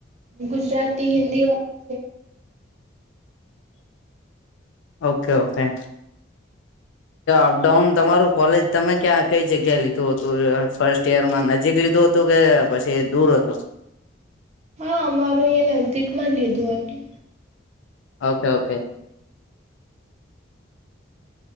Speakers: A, on the right; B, on the left.
A: ગુજરાતી, હિન્દી વાળા. છે
B: ઓકે ઓકે.
A: <inaudible>
B: અપ ડાઉન તમારું કોલેજ તમે ક્યાં કઈ જગ્યાએ લીધું હતું ફર્સ્ટ યર માં નજીક લીધું હતું. તો કે પછી દૂર હતો.
A: હા અમારું એ નજદીક માં લીધું હતું.
B: Okay okay.